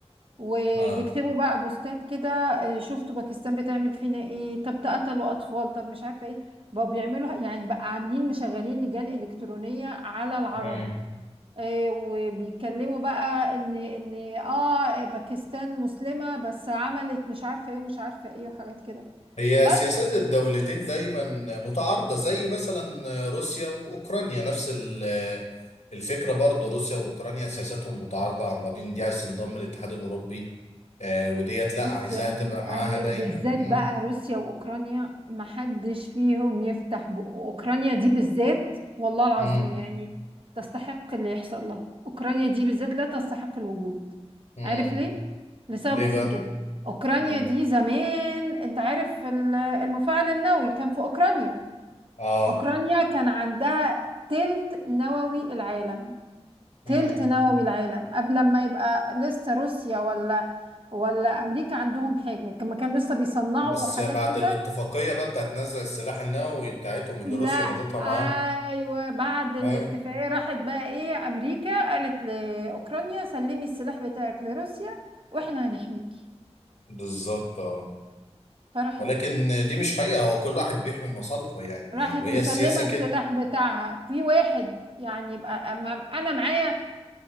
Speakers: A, on the right; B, on the left.
A: ويكتبوا
B: اه
A: بقى بوستات كده آه، شفتوا باكستان بتعمل فينا ايه طب ده قتلوا اطفال طب مش عارفة ايه بقوا بيعملوا يعني بقى عاملين مشغلين لجان إلكترونية على العرب
B: مم.
A: آه، وبيتكلموا بقى ان ان اه باكستان مسلمة بس عملت مش عارفة ايه ومش عارفة ايه وحاجات كده
B: هي
A: بس
B: سياسات الدولتين دايما متعارضة زي مثلا روسيا وأوكرانيا نفس ال- الفكرة برضو روسيا وأوكرانيا سياساتهم متعارضة عن بعضين دي عايز تنضم للاتحاد الأوروبي آه وديت لا
A: بص
B: عايزاها
A: يا ابني
B: تبقى معاها دايما
A: ب- بالذات
B: مم.
A: بقى روسيا واوكرانيا محدش فيهم يفتح بقه اوكرانيا دي بالذات والله العظيم
B: مم.
A: يعني تستحق اللي يحصل لها اوكرانيا دي بالذات لا تستحق الوجود
B: مم.
A: عارف ليه لسبب
B: ليه
A: بسيط
B: بقى؟
A: جدا اوكرانيا
B: مم.
A: دي زمان انت عارف ال- المفاعل النووي كان في اوكرانيا
B: اه
A: أوكرانيا كان عندها تلت نووي العالم تلت
B: مم.
A: نووي العالم قبل ما يبقى لسه روسيا ولا ولا أمريكا عندهم حاجة كما كانوا لسه بيصنعوا
B: بس
A: حاجات
B: بعد
A: كده
B: الاتفاقية بقى بتاعت نزع السلاح النووي بتاعتهم اللي
A: لا
B: روسيا مضتها معاه
A: أيوة بعد الاتفاقية
B: ايوه
A: راحت بقى إيه أمريكا قالت لأوكرانيا سلمي السلاح بتاعك لروسيا وإحنا هنحميكي
B: بالظبط اه
A: فراحت
B: ولكن دي مش حقيقة هو كل واحد بيحمي مصالحه يعني
A: راحت
B: وهي
A: مسلمة
B: السياسة
A: السلاح
B: كده
A: بتاعها في واحد يعني يبقى أمام- أنا معايا